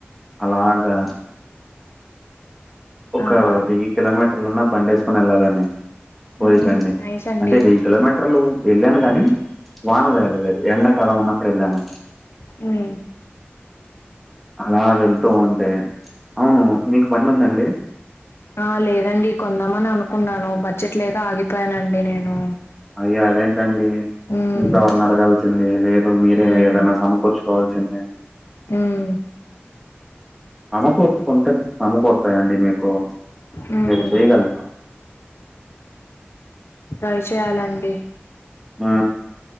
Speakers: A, in the centre; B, on the left.
A: అలాగా ఒక
B: ఆహా
A: వెయ్యి కిలోమీటర్లన్నా బండేస్కోని వెళ్ళాలండి కోరికండి
B: మ్మ్ నైస్ అండి
A: అంటే వెయ్యి కిలోమీటర్లు వెళ్ళాను గానీ వానలో ఎలలేదు ఎండాకాలం ఉన్నప్పుడు వెళ్ళాను
B: హ్మ్
A: అలా వెళ్తూ ఉంటే అవును మీకు బండి ఉందా అండి
B: ఆ లేదండి కొందామని అనుకున్నాను బడ్జెట్ లేక ఆగిపోయానండి నేను
A: అయ్యా అదేంటండి
B: మ్మ్
A: ఇంట్లో వాళ్ళని అడగాల్సింది లేదు మీరే
B: మ్మ్
A: ఏదనా సమకూర్చుకోవాల్సింది
B: హ్మ్
A: ఆమకు కుంటే సమకూర్తాయండి మీకు
B: మ్మ్
A: మీరు చేయగల్రు
B: ట్రై చేయాలండి
A: ఆ